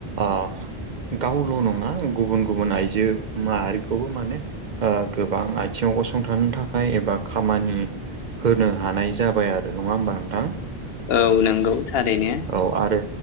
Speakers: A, on the right (about 55°); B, on the left (about 75°).
A: आ गावल' नङा गुबुन गुबुन आइजो माहारिखौबो माने ओ गोबां आइ थिङाव गसंथानो थाखाय एबा खामानि होनो हानाय जाबाय आरो नङा होमबा नोंथां?
B: औ नंगौ थारैनो।
A: औ आरो